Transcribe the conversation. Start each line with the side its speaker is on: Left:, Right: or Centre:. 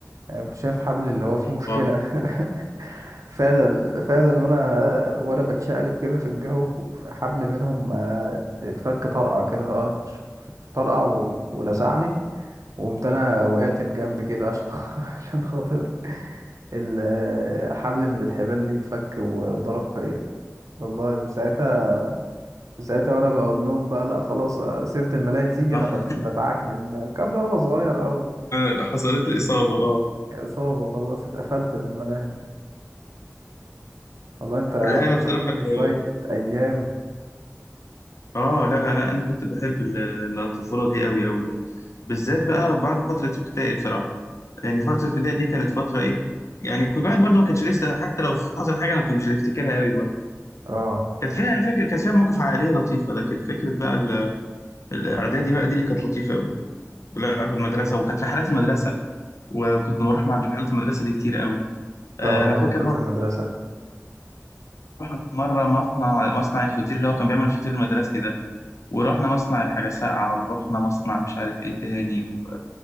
Right: يعني كنت شايف حبل اللي هو فيه
Left: اوبا
Right: مشكلة <laughs> فعلا فعلا وانا وانا بتشقلب كده في الجو حبل منهم آه، اتفك طرقع كده آه، طرقع و- ولسعني وقمت انا وقعت بجنب كده عشان <laughs> عشان خاطر الحبل من الحبال دي اتفك وضرب فيا والله من ساعتها ساعتها وانا بقول لهم بقى لا خلاص سيرة الملاهي تيجي
Left: اه
Right: انا بت- بتعكنن الكلام ده وانا صغير قوي
Left: آه، حصلت لي اصابه اه
Right: اصابة خلاص اتقفلت من الملاهي والله انت
Left: لا
Right: فكرتني
Left: انا بصراحه ال-
Right: بشوية ايام
Left: اه لا لا لا انا كنت بحب ال- الطفوله دي قوي قوي قوي بالذات بقى بعد فتره ابتدائي بصراحه يعني فتره ابتدائي دي كانت فتره ايه يعني كل واحد برضه ما كانش لسه حتى لو حصل حاجه انا كنت مش هفتكرها قوي برضه
Right: اه
Left: كانت فيها انا فاكر كانت فيها مواقف عائليه لطيفه لكن فكره بقى ال- الاعدادي بقى دي اللي كانت لطيفه قوي لا في المدرسه وكانت رحلات المدرسه وكنت بروح مع رحلات المدرسة دي كتير قوي آه،
Right: اه
Left: أنا فاكر
Right: رحلات المدرسة
Left: رحنا في مرة مصنع مصنع الفطير اللي هو كان بيعمل الفطير المدرسي ده ورحنا مصنع الحاجة ساقعة ورحنا مصنع مش عارف إيه تاني و...